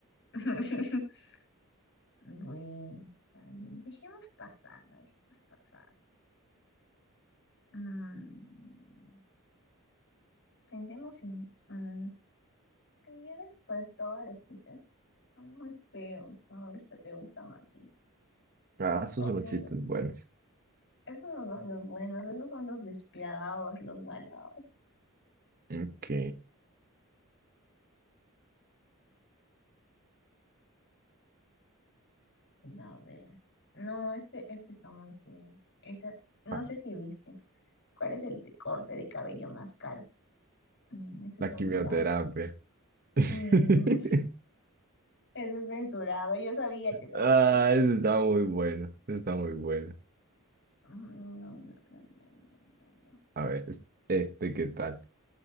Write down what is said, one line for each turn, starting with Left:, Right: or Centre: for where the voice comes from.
Left: <laughs> Bueno, está bien. Dejemos pasar, la dejemos pasar. Mm, pensemos en mm, que ya después todos los chicos son muy feos, como los que te gustan a ti.
Right: Ah, esos
Left: O
Right: son
Left: siempre,
Right: los chistes buenos.
Left: esos no son los buenos, esos son los despiadados, los malos.
Right: Ok.
Left: A ver. No, este, este está muy feo. Esa, no
Right: Ah,
Left: sé si viste. ¿Cuál es el te- corte de cabello más caro? Mm, eso es
Right: La
Left: censurado.
Right: quimioterapia. <laughs>
Left: Sí, <laughs> eso es censurado. Yo sabía que la
Right: Ah,
Left: sabía.
Right: ese está muy bueno. Ese está muy bueno.
Left: Mm, No, no, no, no, no, no. no.
Right: A ver, es- este, ¿qué tal?